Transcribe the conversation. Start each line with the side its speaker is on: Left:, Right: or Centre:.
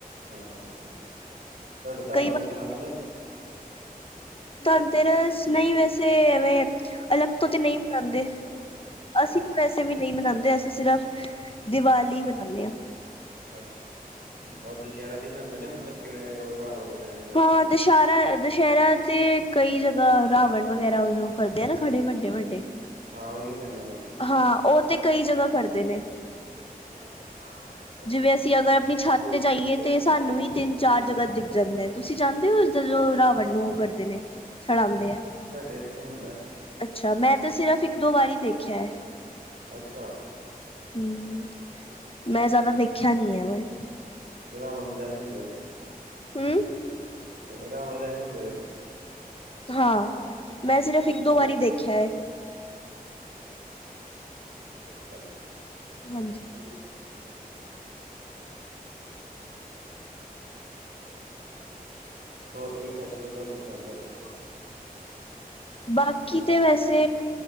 Right: ਹਮ ਹਾਂ ਤੁਹਾਡੇ ਧਨ
Left: ਕਈ
Right: ਤੇ
Left: ਵਾਰ
Right: ਰਸ ਮਨਾਂਦੇ ਦੇ ਨੇ ਇੱਥੇ।
Left: ਧਨ ਤੇ ਰਸ ਨਹੀਂ ਵੈਸੇ ਐਵੇਂ ਅਲੱਗ ਤੋਂ ਤੇ ਨਹੀਂ ਮਨਾਂਦੇ।
Right: ਅੱਛਾ
Left: ਅਸੀਂ ਤਾਂ ਵੈਸੇ ਵੀ ਨਹੀਂ ਮਨਾਂਦੇ ਅਸੀਂ ਸ਼ਿਰਫ ਦੀਵਾਲੀ ਮਨਾਉਂਦੇ ਹਾਂ।
Right: ਅੱਛਾ ਔਰ ਦੁਸਹਿਰਾ ਦਿਖਾਦੇ ਨੇ ਮਤਲਬ ਕਿਵੇਂ ਉਹ ਰਾਵਣ ਦਾ ਦਹਿਣ ਵਗੈਰਾ
Left: ਹਾਂ ਦੁਸਹਿਰਾ -ਦੁਸਹਿਰਾ ਤੇ ਕਈ ਜਗ੍ਹਾ ਰਾਵਣ ਵਗੈਰਾ ਉਦੋਂ ਕਰਦੇ ਆ ਨਾ ਖੜੇ ਵੱਡੇ -ਵੱਡੇ।
Right: ਹਾਂ ਉਹੀਓ ਕਹਿਣਾ ਮੈਂ ਵੀ।
Left: ਹਾਂ ਉਹ ਤੇ ਕਈ ਜਗ੍ਹਾ ਕਰਦੇ ਨੇ।
Right: <unintelligible>
Left: ਜਿਵੇਂ ਅਸੀਂ ਅਗਰ ਆਪਣੀ ਛੱਤ ਤੇ ਜਾਈਏ ਸਾਨੂੰ ਵੀ ਤਿੰਨ-ਚਾਰ ਜਗ੍ਹਾ ਦੇ ਜਾਂਦੇ ਤੁਸੀਂ ਜਾਦੇ ਹੋ ਜਦੋਂ ਰਾਵਣ ਨੂੰ ਉਹ ਕਰਦੇ ਨੇ ਸੜਾਂਦੇ ਆ।
Right: ਫਿਰ ਕੀ ਹੁੰਦਾ?
Left: ਅੱਛਾ, ਮੈਂ ਤੇ ਸਿਰਫ਼ ਇੱਕ- ਦੋ ਵਾਰੀ ਦੇਖਿਆ ਹੈ।
Right: ਅੱਛਾ
Left: ਹਮ, ਮੈਂ ਜ਼ਿਆਦਾ ਦੇਖਿਆ ਨੀ ਆ ਐਵੇਂ।
Right: ਰਾਵਣ ਦਹਿਨ ਹੁੰਦਾ।
Left: ਹਮ।
Right: ਰਾਵਣ ਦਹਿਨ ਹੁੰਦਾ।
Left: ਹਾਂ ਮੈਂ ਸਿਰਫ਼ ਇੱਕ ਦੋ ਵਾਰੀ ਦੇਖਿਆ ਹੈ।
Right: ਅੱਛਾ‌।
Left: ਹਾਂਜੀ।
Right: <unintelligible> <unintelligible> ਹੋਰ ਕੋਈ ਫੈਸਟੀਵਲ ਤੁਹਾਨੂੰ ਪਸੰਦ ਆ।
Left: <inaudible> ਬਾਕੀ ਤੇ ਵੈਸੇ